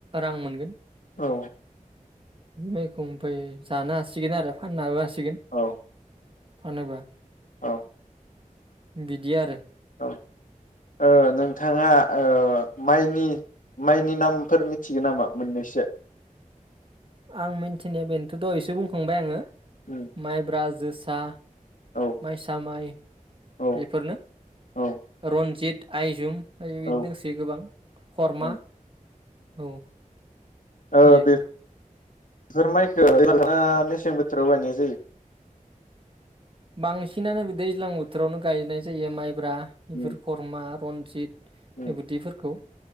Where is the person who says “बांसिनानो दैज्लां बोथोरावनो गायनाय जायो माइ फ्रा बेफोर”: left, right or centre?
Right